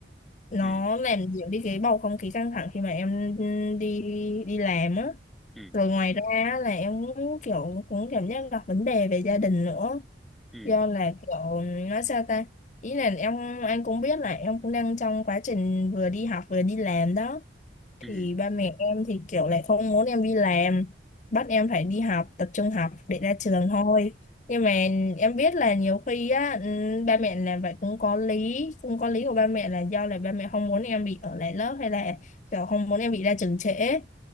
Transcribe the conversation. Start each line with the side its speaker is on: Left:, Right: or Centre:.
Left: nó
Centre: ừ,
Left: làm dịu đi cái bầu không khí căng thẳng khi mà em đi đi làm á.
Centre: ừ,
Left: Rồi ngoài ra á, là em cũng kiểu cũng cảm giác gặp vấn đề về gia đình nữa.
Centre: ừ,
Left: Do là kiểu nói sao ta? Ý là em anh cũng biết là em cũng đang trong quá trình vừa đi học vừa đi làm đó
Centre: ừ.
Left: thì ba mẹ em thì kiểu lại không muốn em đi làm bắt em phải đi học tập trung học để ra trường thôi nhưng mà em biết là nhiều khi á ừm, ba mẹ làm vậy cũng có lý cũng có lý của ba mẹ là do là ba mẹ không muốn em bị ở lại lớp hay là kiểu không muốn em bị ra trường trễ